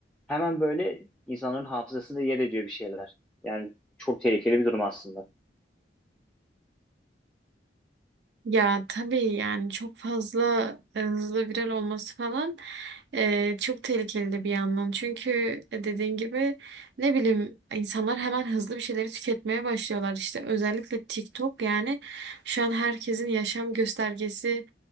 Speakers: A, in the centre; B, on the right.
A: hemen böyle insanların hafızasında yer ediyor bir şeyler. Yani çok tehlikeli bir durum aslında.
B: Ya tabii yani çok fazla e, hızlı viral olması falan e, çok tehlikeli de bir yandan. Çünkü e, dediğin gibi ne bileyim insanlar hemen hızlı bir şeyleri tüketmeye başlıyorlar. İşte özellikle TikTok yani şu an herkesin yaşam göstergesi